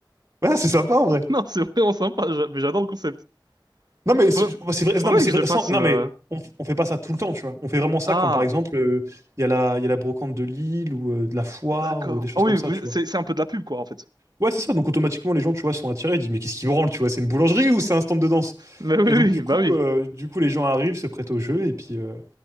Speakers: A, on the right; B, on the right.
A: Ouais, c'est sympa en vrai.
B: Non, c'est vraiment sympa, j'a- mais j'adore le concept.
A: Non mais
B: Faut-
A: c'est c'est vrai,
B: Faudrait
A: non mais c'est
B: que
A: vrai,
B: je le fasse.
A: sans- non
B: euh,
A: mais on, on fait pas ça tout le temps, tu vois. On fait vraiment ça
B: Ah,
A: quand par exemple euh, il y a la, il y a la brocante de Lille ou euh, de la foire
B: d'accord.
A: ou des choses
B: Ah oui,
A: comme ça,
B: vous-
A: tu vois.
B: c'est c'est un peu de la pub quoi en fait.
A: Ouais, c'est ça. Donc automatiquement les gens, tu vois, sont attirés. Ils disent mais qu'est-ce qui branle, tu vois, c'est une boulangerie ou c'est un stand de danse?
B: Mais oui,
A: Et
B: oui,
A: donc du
B: oui, bah
A: coup,
B: oui.
A: euh, du coup les gens arrivent, se prêtent au jeu et puis euh,